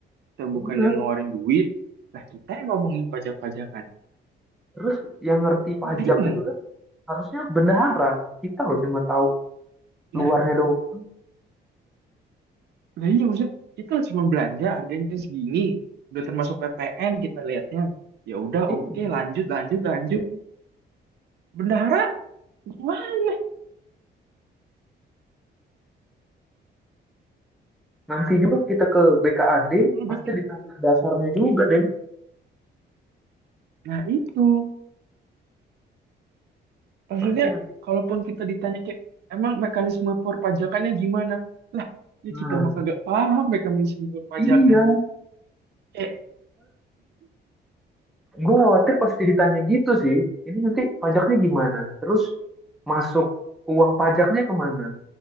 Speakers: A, on the right (about 65°); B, in the centre.
A: kita
B: bener.
A: bukan yang ngeluarin duit. Lah kita yang ngomongin pajak-pajakan.
B: Terus yang ngerti pajak
A: Bingung.
B: juga kan harusnya bendahara. Kita loh cuma tahu
A: Nah,
B: luarnya doang.
A: lah iya maksudnya kita cuma belanja harganya segini. Udah termasuk PPN kita lihatnya. Ya udah
B: Iya.
A: oke lanjut lanjut lanjut. Bendahara gimana?
B: Nanti juga kita ke BKAD
A: Udah
B: pasti
A: kayak-
B: ditanya dasarnya juga, Den.
A: Nah itu. Maksudnya,
B: Pasti nanti.
A: kalaupun kita ditanya kayak, emang mekanisme perpajakannya gimana? Lah, ya
B: Nah,
A: kita mah kagak paham mekanisme perpajakan.
B: iya.
A: Eh,
B: Gue khawatir pasti ditanya gitu sih. Ini nanti pajaknya gimana? Terus masuk uang pajaknya kemana?